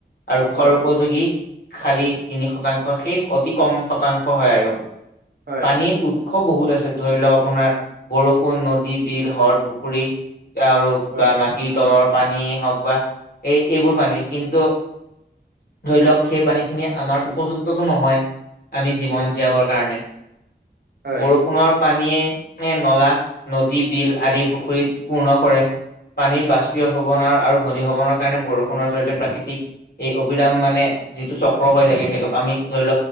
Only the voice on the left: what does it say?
আৰু খৰ
উপযোগী খালী তিনি শতাংশ শে অতি কম শতাংশ হয় আৰু।
পানীৰ উৎস বহুত আছে। ধৰি লওক আপোনাৰ বৰষুণ নদী বিল হৰ পুখুৰী আৰু
বা মাটিৰ তলৰ। পানীয়ে হওক বা এই এইবোৰ পানী কিন্তু। ধৰি লওক সেই পানীখিনি আমাৰ উপযুক্ততটো নহয়। আমি জীৱন জীয়াবৰ কাৰণে। বৰষুণৰ
পানীয়ে নলা, নদী, বিল আদি পুখুৰীত পূৰ্ণ কৰে। পানী বাষ্প ভৱনাৰ আৰু ঘনী ভৱনৰ কাৰণে বৰষুণৰ চৰিতে প্ৰাকৃতিক এই অভিৰাম মানে যিটো চক্ৰ হৈ থাকে সেইটোক আমি ধৰি